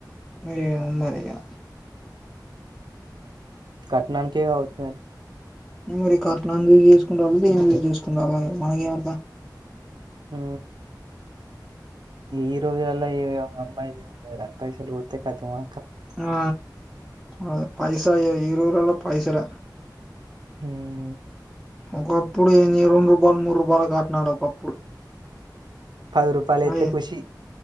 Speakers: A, in the centre; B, on the right (about 75°).
A: అయ్యా మరియా
B: కట్నానికీ కావచ్చు మరి
A: మరి కట్నాన్ని చూసి చేసుకుంటలో దేనికి చేసుకుంటలో మనకేమ్ ఏరుక
B: ఉ ఈరోజులల్లా ఎమమ్ అమ్మాయిది ఏం ఉన్నదిరా పైసలు పోతే కతమా
A: ఆ అ పైసా ఈ రోజుల్లాలో పైసలే
B: హ్మ్.
A: ఒకప్పుడు ఎంది రెండు రూపాయలు, మూడు రూపాయలు కట్నాలు ఒకప్పుడు
B: పది రూపాయలు అయితే
A: అయ్
B: ఖుషి